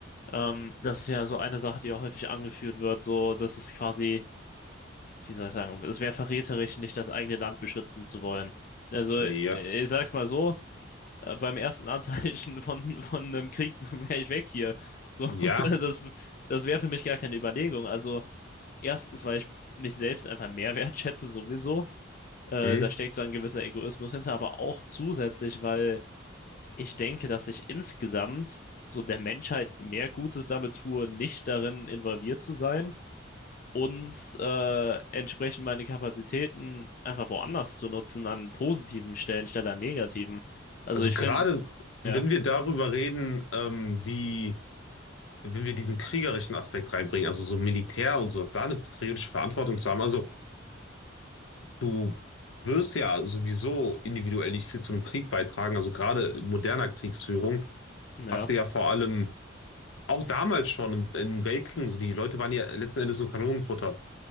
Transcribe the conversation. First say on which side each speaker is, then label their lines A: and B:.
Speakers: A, on the left; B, on the left.
A: ähm, das ist ja so eine Sache, die auch häufig angeführt wird, so, das ist quasi, wie soll ich sagen, es wäre verräterisch, nicht das eigene Land beschützen zu wollen. Also,
B: Nee,
A: äh,
B: Ja,
A: ich sag's mal so, äh, beim ersten Anzeichen <laughs> von, von einem Krieg <laughs> wäre ich weg hier. So,
B: ja.
A: <laughs> das, das wäre für mich gar keine Überlegung. Also, erstens, weil ich mich selbst einfach mehr <laughs> wertschätze, sowieso. Äh,
B: Hm.
A: da steckt so ein gewisser Egoismus hinter, aber auch zusätzlich, weil ich denke, dass ich insgesamt so der Menschheit mehr Gutes damit tue, nicht darin involviert zu sein und äh, entsprechend meine Kapazitäten einfach woanders zu nutzen, an positiven Stellen statt an negativen. Also
B: Also
A: ich
B: gerade
A: finde,
B: wenn
A: ja,
B: wir darüber reden, ähm, wie, wenn wir diesen kriegerischen Aspekt reinbringen, also so Militär und sowas, da eine patriotische Verantwortung zu haben. Also du wirst ja sowieso individuell nicht viel zu einem Krieg beitragen. Also gerade in moderner Kriegsführung
A: ja.
B: hast du ja vor allem Auch damals schon in, in Weltkriegen, so die Leute waren ja letzten Endes nur Kanonenfutter.